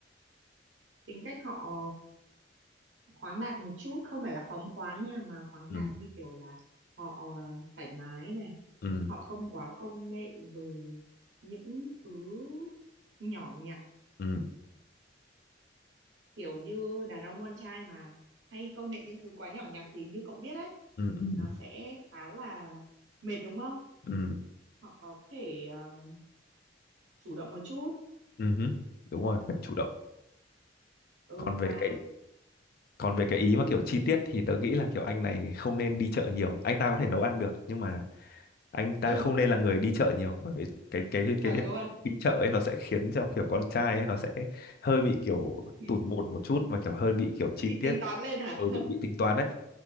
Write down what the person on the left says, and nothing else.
Ừ
ừ
ừ
ừ ừ
ừ.
ừ,
ừ, hứ. Đúng rồi, cần chủ động.
Còn
về cái còn về cái ý mà kiểu chi tiết thì tớ nghĩ là kiểu anh này không nên đi chợ nhiều. Anh ta có thể nấu ăn được nhưng mà anh ta
không nên là người đi chợ nhiều bởi vì cái cái
cái việc
đi chợ ấy nó sẽ khiến cho kiểu con trai ấy nó sẽ hơi bị kiểu
tủn mồn một chút và kiểu hơi bị kiểu chi
tiết
ừ,
bị bị tính toán đấy